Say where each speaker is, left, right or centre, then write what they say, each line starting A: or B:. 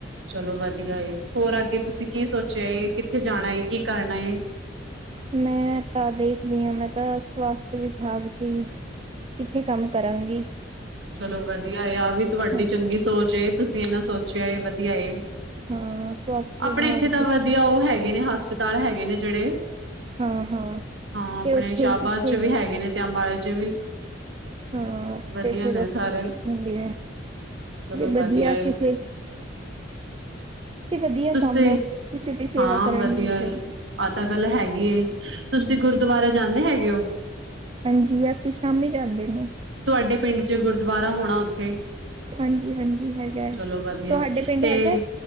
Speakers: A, on the right; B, on the right.
A: ਚਲੋ ਵਧੀਆ ਏ ਹੋਰ ਅੱਗੇ ਤੁਸੀਂ ਕੀ ਸੋਚਿਆ ਕਿੱਥੇ ਜਾਣਾ ਹੈ। ਕੀ ਕਰਨਾ ਹੈ।
B: ਮੈਂ ਤਾ ਦੇਖਦੀ ਹਾਂ, ਮੈਂ ਤਾਂ ਸਵਾਸਥ ਵਿਭਾਗ ਜੀ। ਕਿੱਥੇ ਕੰਮ ਕਰਾਂਗੀ
A: ਚਲੋ ਵਧੀਆ ਏ ਆਹ ਵੀ ਤੁਹਾਡੀ
B: ਹਾਂ
A: ਚੰਗੀ ਸੋਚ ਏ, ਤੁਸੀਂ ਇਹਨਾਂ ਸੋਚਿਆ ਏ ਵਧੀਆ ਏ।
B: ਹਾਂ ਸਵਾਸਥਯ
A: ਆਪਣੇ
B: ਵਿਭਾਗ
A: ਇੱਥੇ
B: ਚ
A: ਤਾਂ ਵਧੀਆ ਉਹ ਹੈਗੇ ਨੇ ਹਸਪਤਾਲ ਹੈਗੇ ਨੇ ਜਿਹੜੇ
B: ਹਾਂ-ਹਾਂ
A: ਹਾਂ ਆਪਣੇ
B: ਤੇ ਉੱਥੇ
A: ਸ਼ਾਹਬਾਦ
B: ਹੀ ਕਿੱਥੇ
A: ਚ ਵੀ ਹੈਗੇ ਨੇ ਤੇ ਅੰਬਾਲੇ ਚ ਵੀ
B: ਹਾਂ
A: ਵਧੀਆ
B: ਤੇ ਫਿਰ
A: ਨੇ
B: ਉਥੇ
A: ਸਾਰੇ
B: ਦੇਖਾਂਗੇ
A: ਚਲੋ
B: ਵਧੀਆ
A: ਏ
B: ਕਿਸੇ ਤੇ ਵਧੀਆ
A: ਤੁਸੀਂ
B: ਕੰਮ ਹੈ ਕਿਸੇ ਦੀ ਸੇਵਾ
A: ਹਾਂ
B: ਕਰਨ
A: ਵਧੀਆ
B: ਨੂੰ ਮਿਲੇਗੀ
A: ਏ ਆਹ ਤਾਂ ਗੱਲ ਹੈਗੀ ਐਂ ਤੁਸੀਂ
B: ਹੂੰ
A: ਗੁਰਦੁਆਰੇ ਜਾਂਦੇ ਹੈਗੇ ਹੋ
B: ਹਾਂਜੀ ਅਸੀਂ ਸ਼ਾਮੀ ਜਾਂਦੇ ਆਂ
A: ਤੁਹਾਡੇ ਪਿੰਡ ਚ ਗੁਰਦੁਆਰਾ ਹੋਣਾ ਉੱਥੇ,
B: ਹਾਂਜੀ-ਹਾਂਜੀ ਹੈਗਾ
A: ਚਲੋ ਵਧੀਆ
B: ਤੁਹਾਡੇ ਪਿੰਡ
A: ਤੇ,
B: ਹੈਗਾ